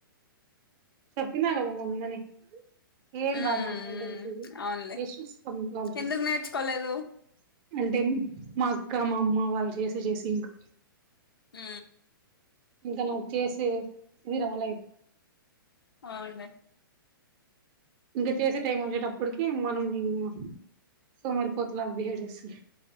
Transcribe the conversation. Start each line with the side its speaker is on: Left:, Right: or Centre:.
Right: చెప్పిన గద మొన్ననే ఏం
Left: ఉమ్ ఉమ్
Right: రాదు నాకు వంట చేసేది
Left: అవునులే
Right: టేస్ట్ చూస్తా అంతే
Left: ఎందుకు నేర్చుకోలేదు
Right: <unintelligible> అంటే మా అక్క మా అమ్మ వాళ్ళు చేసి చేసి ఇంకా
Left: ఉ
Right: ఇంకా నాకు చేసే ఇది రాలే
Left: అవునులే
Right: ఇంకా చేసే టైం వచ్చేటప్పటికి మనం ఇంగ సోమరిపోతులాగా బిహేవ్ చేస్తాం